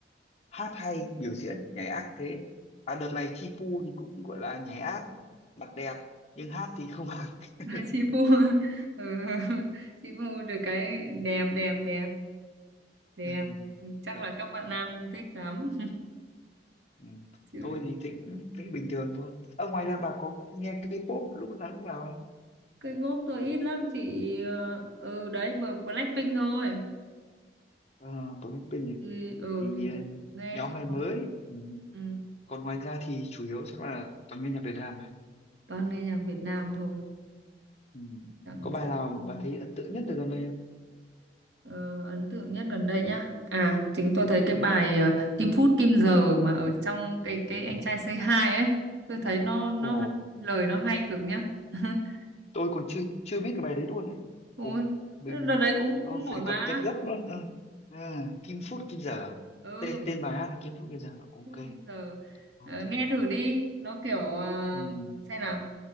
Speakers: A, on the left (about 40°); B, on the right (about 80°).
A: hát hay biểu diễn nhảy ác thế à đợt này Chi Pu thì cũng gọi là nhảy ác mặt đẹp nhưng hát thì không bằng <laughs>
B: <laughs> chị Pu <laughs> ừ, chị Pu được cái đẹp đẹp đẹp đẹp
A: ừ.
B: ừ, chắc
A: đấy
B: là các bạn nam thích lắm
A: ừ.
B: <laughs> chứ
A: tôi thì thịnh thỉnh bình thường thôi ở ngoài ra bà có nghe K-pop lúc nào cũng vào không
B: K-pop tôi ít lắm chị ờ, ừ đấy bờ- Blackpink thôi
A: à, tôi biết tên nhỉ
B: thì ừ
A: thì
B: thì
A: ừ,
B: nghe
A: nhóm
B: chứ
A: này
B: còn-
A: mới ừ.
B: ừ,
A: còn ngoài ra thì chủ yếu chắc là toàn nghe nhạc Việt Nam
B: toàn nghe nhạc Việt Nam thôi
A: Ừ.
B: chẳng
A: Có bài
B: chẳng-
A: nào bà thấy ấn tượng nhất từ gần đây không?
B: Ờ, ấn tượng nhất gần đây nhá. À, chính tôi thấy
A: Ờ.
B: cái bài ờ, Kim Phút Kim Giờ mà ở trong cái cái anh trai Say Hi ấy, tôi thấy nó nó
A: Ồ,
B: hay, lời nó hay cực nhá. <laughs>
A: tôi còn chưa chưa biết cái bài đấy luôn ấy.
B: Ôi,
A: Ồ, mình
B: đợt đấy cũng
A: ờ,
B: cũng
A: phải
B: nổi mà.
A: cập nhật gấp luôn. Ờ. À, Kim Phút Kim Giờ. à?
B: Ừ,
A: Tên tên bài hát là Kim Phút Kim Giờ.
B: Kim
A: Ok,
B: Phút Kim Giờ.
A: ok.
B: Ờ, nghe thử đi, nó kiểu ờ,
A: Ừ.
B: xem nào,